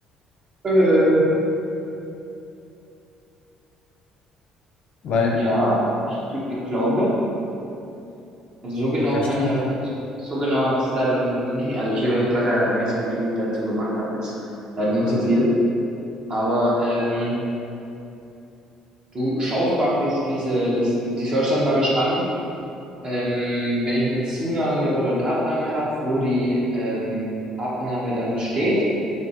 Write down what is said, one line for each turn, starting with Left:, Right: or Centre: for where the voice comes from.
Right: Äh,
Left: Weil
Right: ja, ich, gl- ich glaube. Also so genau
Left: ich verstehe.
Right: kann ich halt, so, so genau habe ich es leider nicht. Also ich habe etwas, ja, du weißt ja, wie viel ich dazu gemacht habe jetzt. Leider nicht
Left: Ja.
Right: so viel. Aber ähm, Du schaust praktisch diese, diesen, die Search dann praktisch an. Ähm, wenn ich eine Zunahme oder eine Abnahme habe, wo die ähm, Abnahme dann steht,